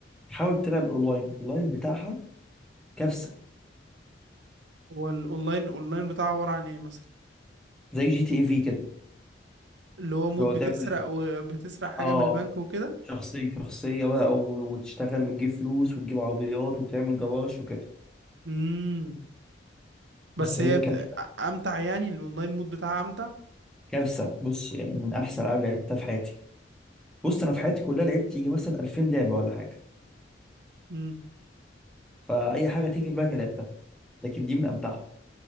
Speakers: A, in the centre; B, on the right (about 70°).
A: حاول تلعب الأونلاين الأونلاين بتاعها كارثة
B: هو الاونلاين الاونلاين بتاعها عبارة عن ايه مثلا
A: زي جي تي ايه في كده
B: اللي هو مود
A: اللي هو
B: بتسرق
A: تعمل
B: وبتسرق حاجة
A: اه
B: من البنك وكده
A: شخصية شخصية بقى و- وتشتغل وتجيب فلوس وتجيب عربيات وتعمل جراج وكده
B: امم بس
A: بس هي
B: هي بت...
A: كانت
B: امتع يعني الاونلاين مود بتاعها امتع
A: كارثة بص يعني من أحسن ألعاب لعبتها في حياتي بص أنا في حياتي كلها لعبت يجي مثلا 2000 لعبة ولا حاجة
B: امم
A: فاي حاجه تيجي في بالك لعبتها لكن دي من امتعهم